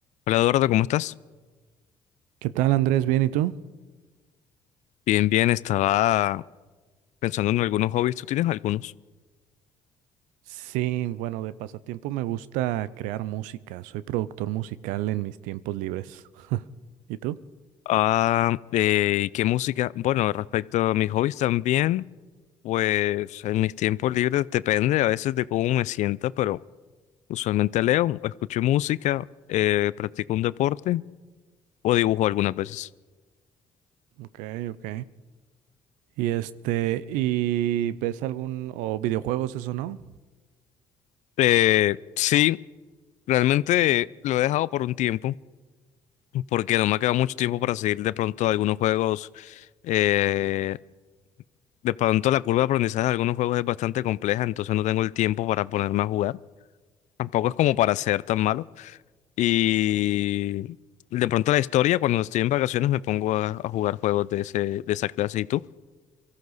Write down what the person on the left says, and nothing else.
Hola Eduardo, ¿cómo estás?
Bien, bien, estaba pensando en algunos hobbies, ¿tú tienes algunos?
Ah, eh, ¿y qué música? Bueno, respecto a mis hobbies también, pues en mis tiempos libres depende a veces de cómo me sienta, pero usualmente leo, escucho música, eh, practico un deporte o dibujo algunas veces.
Eh, sí, realmente lo he dejado por un tiempo, porque no me ha quedado mucho tiempo para seguir de pronto algunos juegos. eh, De pronto la curva de aprendizaje de algunos juegos es bastante compleja, entonces no tengo el tiempo para ponerme a jugar. Tampoco
es como para ser tan malo. Y de pronto la historia, cuando estoy en vacaciones, me pongo a, a jugar juegos de ese, de esa clase. ¿Y tú?